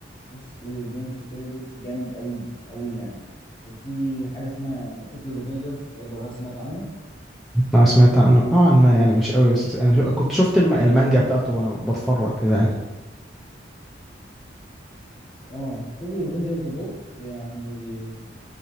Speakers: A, on the left (about 30°); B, in the centre.
A: بص بونجو ستري دوجز جامد قوي قوي يعني وفي حاجه اسمها طوكيو ريفنجرز برضه هل سمعت عنه
B: انا سمعت عنه نوعا ما يعني مش قوي بس انا شو- كنت شفت الم- المانجا بتاعته وانا بتفرج كده يعني
A: اه طوكيو ريفنجرز بص يعني